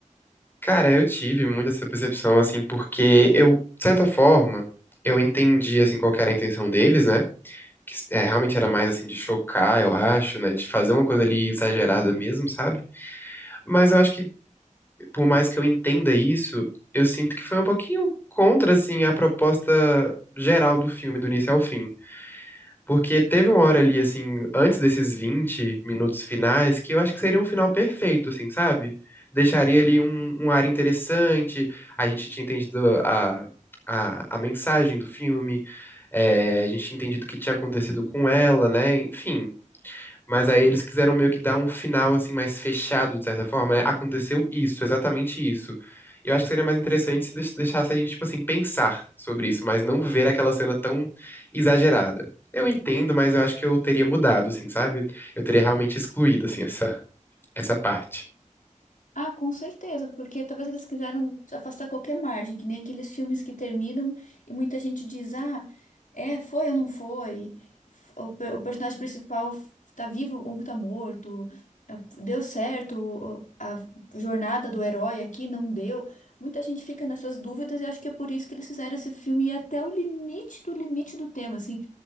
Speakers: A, on the left; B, on the left.
A: Cara, eu tive muito essa percepção, assim, porque eu, de certa forma, eu entendi, assim, qual que era a intenção deles, né? Que é, realmente era mais, assim, de chocar, eu acho, né? De fazer uma coisa ali exagerada mesmo, sabe? Mas eu acho que, por mais que eu entenda isso, eu sinto que foi um pouquinho contra, assim, a proposta geral do filme, do início ao fim. Porque teve uma hora ali, assim, antes desses 20 minutos finais, que eu acho que seria um final perfeito, assim, sabe? Deixaria ali um, um ar interessante, a gente tinha entendido a, a, a mensagem do filme, é, a gente tinha entendido o que tinha acontecido com ela, né? Enfim, mas aí eles quiseram meio que dar um final assim mais fechado, de certa forma. né? Aconteceu isso, exatamente isso. Eu acho que seria mais interessante se deix- deixasse a gente, tipo assim, pensar sobre isso, mas não ver aquela cena tão exagerada. Eu entendo, mas eu acho que eu teria mudado, assim, sabe? Eu teria realmente excluído, assim, essa, essa parte.
B: Ah, com certeza, porque talvez eles quiseram afastar qualquer margem, que nem aqueles filmes que terminam e muita gente diz, ah, é, foi ou não foi? F- O, pe- o personagem principal f- tá vivo ou tá morto? É, Deu certo o- a jornada do herói aqui? Não deu? Muita gente fica nessas dúvidas e acho que é por isso que eles fizeram esse filme e é até o limite do limite do tema, assim.